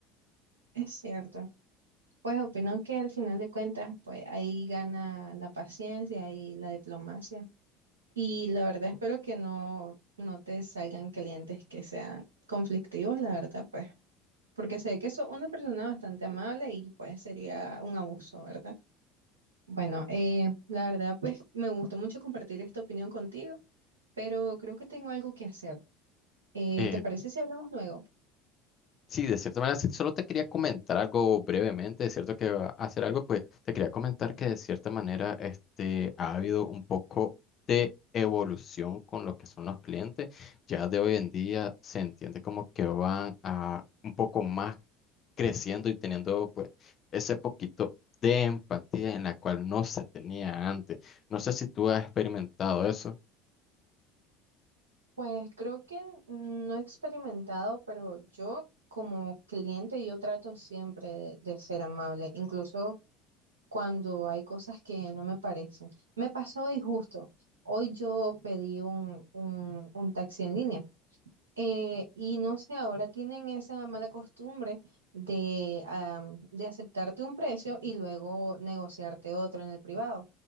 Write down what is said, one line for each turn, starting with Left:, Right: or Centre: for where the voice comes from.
Right: es cierto. Pues opino que al final de cuentas, pues ahí gana la paciencia y la diplomacia. Y la verdad espero que no, no te salgan clientes que sean conflictivos, la verdad, pues, porque sé que sos una persona bastante amable y pues sería un abuso, ¿verdad? Bueno, eh, la verdad, pues me gustó mucho compartir esta opinión contigo, pero creo que tengo algo que hacer. Eh,
Left: Eh,
Right: ¿te parece si hablamos luego?
Left: sí, de cierta manera, sí, solo te quería comentar algo brevemente, de cierto que va a hacer algo, pues te quería comentar que de cierta manera este, ha habido un poco de evolución con lo que son los clientes. Ya de hoy en día se entiende como que van a un poco más creciendo y teniendo pues ese poquito de empatía en la cual no se tenía antes. No sé si tú has experimentado eso.
Right: Pues creo que no he experimentado, pero yo como cliente yo trato siempre de, de ser amable, incluso cuando hay cosas que no me parecen. Me pasó hoy justo, hoy yo pedí un, un, un taxi en línea eh, y no sé, ahora tienen esa mala costumbre de, am, de aceptarte un precio y luego negociarte otro en el privado.